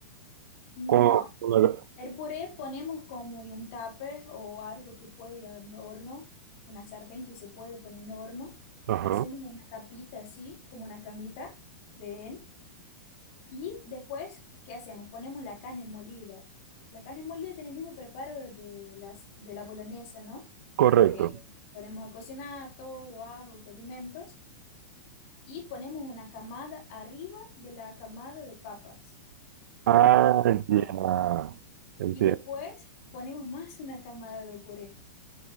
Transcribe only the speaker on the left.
No,
el puré ponemos como en un tupper o algo que puede ir en horno, una sartén que se puede poner en horno.
Hacemos una capita así, como una camita de él. Y después, ¿qué hacemos? Ponemos la carne molida. La carne molida tiene el mismo preparo de las, de la boloñesa, ¿no?
Eh, ponemos a cocinar todo, ajo, condimentos y ponemos una camada arriba de la camada de papas,
¿no? De puré.
Y después ponemos más una camada de puré.